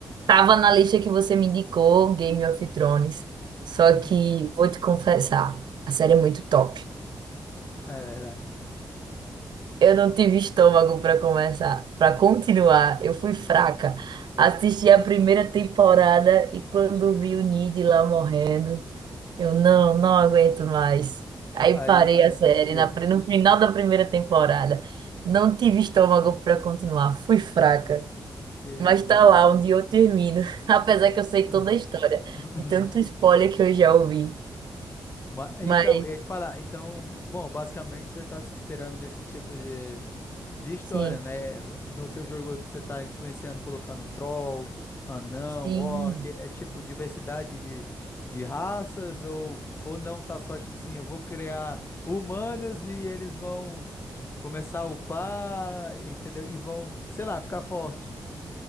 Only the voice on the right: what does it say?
tava na lista que você me indicou, Game of Thrones, só
que vou te confessar, a série é muito top,
Eu não tive estômago para começar, para continuar. Eu fui fraca. Assisti a primeira temporada e quando vi o Nid lá morrendo, eu não,
não aguento mais. Aí
parei a série
na, pri- no final da primeira temporada. Não tive estômago para continuar. Fui fraca.
Mas tá lá
onde eu termino. <laughs> Apesar que eu sei
toda a história. De tanto spoiler que eu já ouvi.
Mas
sim,
sim.